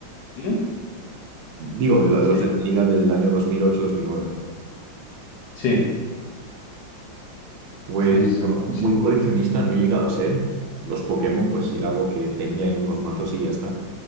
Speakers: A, on the left (about 65°); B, on the right (about 80°).
A: ¿Mm?
B: Digo, lo-
A: ¿Sí?
B: los de la liga del año 2008-2009.
A: Sí.
B: Pues
A: Sí, sí,
B: yo muy
A: sí.
B: coleccionista no he llegado a ser. Los Pokémon, pues sí, algo que tenía ahí unos mazos y ya está.